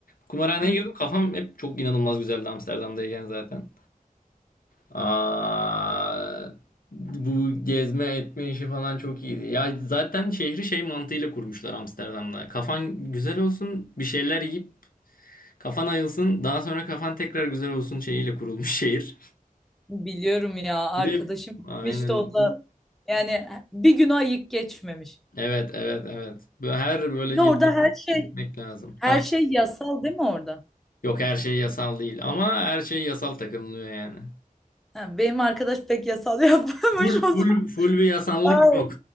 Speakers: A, on the left; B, in the centre.
A: Kumarhaneye
B: Hı hı.
A: girdim kafam hep çok inanılmaz güzeldi Amsterdam'dayken zaten. Aa, bu gezme etme işi falan çok iyiydi. Ya zaten şehri şey mantığıyla kurmuşlar Amsterdam'da. Kafan güzel olsun, bir şeyler yiyip kafan ayılsın, daha sonra kafan tekrar güzel olsun şeyiyle kurulmuş <laughs> şehir.
B: Biliyorum ya arkadaşım
A: Bir de
B: gitmişti
A: aynen.
B: o da. Yani bir gün ayık geçmemiş.
A: Evet, evet, evet. Böyle Her böyle
B: Bir de orada
A: yıl
B: her şey
A: gitmek lazım.
B: her
A: Ha.
B: şey yasal değil mi orada?
A: Yok her şey yasal değil ama her şey yasal takılıyor yani.
B: Ha, benim arkadaş pek yasal <laughs> yapmamış
A: Full
B: o zaman.
A: full full bir yasanlık
B: Ay.
A: yok.